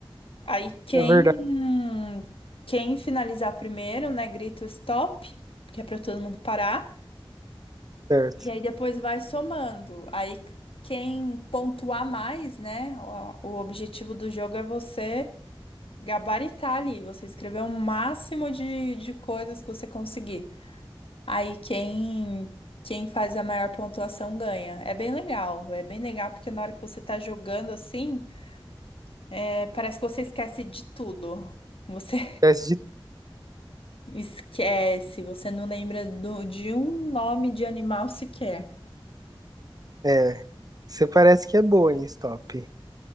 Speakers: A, on the left; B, on the right.
A: Aí quem
B: É verdade,
A: quem finalizar primeiro, né, grita o stop, que é para todo mundo parar.
B: certo.
A: E aí depois vai somando. Aí quem pontuar mais, né, o, o objetivo do jogo é você gabaritar ali, você escrever o máximo de, de coisas que você conseguir. Aí quem quem faz a maior pontuação ganha. É bem legal, é bem legal porque na hora que você tá jogando assim, é, parece que você esquece de tudo. Você
B: Teste de...
A: <laughs> esquece, você não lembra do- de um nome de animal sequer.
B: É, você parece que é boa em stop.